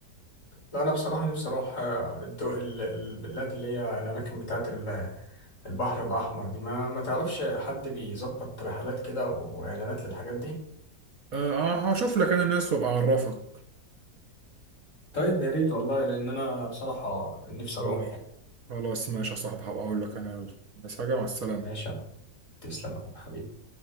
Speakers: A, on the left; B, on the right.
A: لا أنا بصراحة نفسي أروح آه، الدو... ال- البلاد اللي هي الأماكن بتاعة ال- البحر الأحمر دي ما ما تعرفش حد بيظبط رحلات كده وإعلانات للحاجات دي؟
B: أه هشوف لك انا ناس وابقى اعرفك
A: طيب يا ريت والله لأن أنا بصراحة نفسي
B: خلاص
A: أروح يعني
B: خلاص ماشي يا صاحبي هبقى اقول لك انا يلا بس حاجة مع السلامة
A: ماشي أنا تسلم يا عم حبيبي